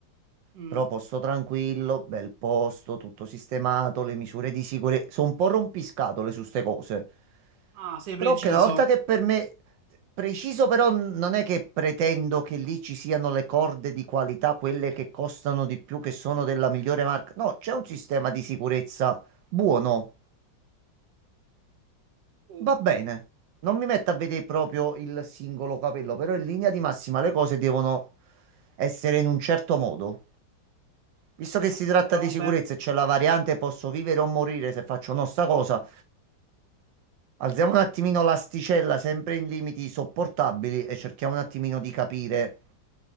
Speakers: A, on the right; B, on the right.
A: mm.
B: però posto tranquillo, bel posto, tutto sistemato, le misure di sicurezza, sono un po' rompiscatole su ste cose.
A: Ah, sei
B: Però
A: preciso.
B: che una volta che per me, preciso però non è che pretendo che lì ci siano le corde di qualità, quelle che costano di più, che sono della migliore marca. No, c'è un sistema di sicurezza buono,
A: Sì,
B: va bene. Non mi metto a vedere proprio il singolo capello, però in linea di massima le cose devono essere in un certo modo. Visto che si
A: sì,
B: tratta
A: diciamo
B: di sicurezza
A: per
B: e c'è la variante posso vivere o morire se faccio no sta cosa, Alziamo un attimino l'asticella, sempre in limiti sopportabili, e cerchiamo un attimino di capire